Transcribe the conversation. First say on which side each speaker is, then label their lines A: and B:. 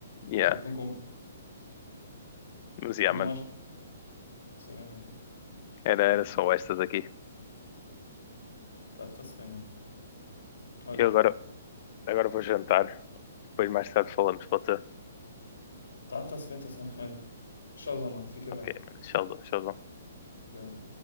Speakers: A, on the left; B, on the left.
A: Yeah,
B: Por isso é que não combina.
A: mas yeah,
B: Eu não
A: mano.
B: acho. que- Sinceramente.
A: Era, era só estas aqui.
B: Tá, tá-se bem, mano. Olha.
A: Eu agora Agora vou jantar. Depois mais tarde falamos, pode ser?
B: Tá, tá-se bem, tá-se bem. Olha, tchauzão, mano. Fica
A: Ok,
B: bem.
A: mano. Tchauzão, tchauzão.
B: Fica bem.